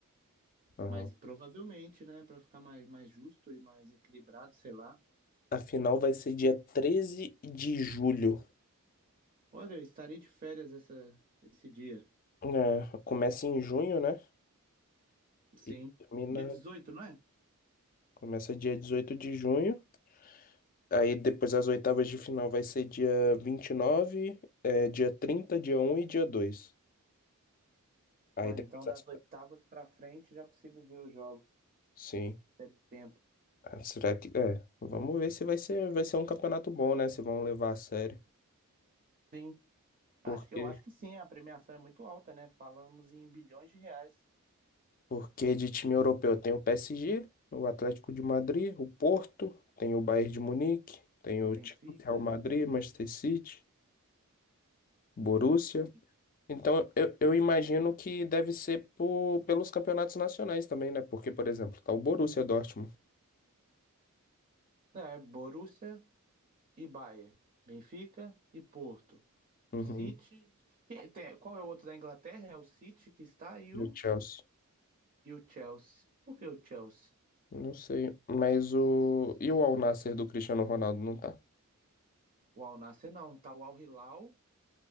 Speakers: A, on the left; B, on the right.
A: Aham.
B: Mas provavelmente, né? Pra ficar mais, mais justo e mais equilibrado, sei lá.
A: A final vai ser dia treze de julho.
B: Olha, eu estarei de férias essa, esse dia.
A: É, começa em junho, né?
B: Sim.
A: E termina.
B: Dia 18 não é?
A: Começa dia 18 de junho. Aí depois as oitavas de final vai ser dia vinte e nove é, dia trinta dia um e dia dois Aí
B: Olha,
A: depois
B: então das
A: as...
B: oitavas pra frente já consigo ver os jogos.
A: Sim.
B: Terei tempo.
A: Ah, Será que... É, vamos ver se vai ser, vai ser um campeonato bom, né? Se vão levar a sério.
B: Sim.
A: Porque,
B: Acho que eu acho que sim, a premiação é muito alta, né? Falamos em bilhões de reais.
A: porque de time europeu tem o PSG, o Atlético de Madrid, o Porto, tem o Bayern de Munique, tem
B: O
A: o
B: Benfica.
A: Chelsea, Real Madrid, Manchester City, Borussia,
B: Sim.
A: Então, eu, eu imagino que deve ser por, pelos campeonatos nacionais também, né? Porque, por exemplo, tá o Borussia Dortmund.
B: É, Borussia. e Bayern, Benfica e Porto. O
A: Uhum.
B: City. que- tem- qual é o outro da Inglaterra? É o City que está e
A: E
B: o,
A: o Chelsea.
B: e o Chelsea. Por que o Chelsea?
A: Não sei. Mas o. E o Al Nassr do Cristiano Ronaldo não tá?
B: O Al Nassr não, tá o Al Hilal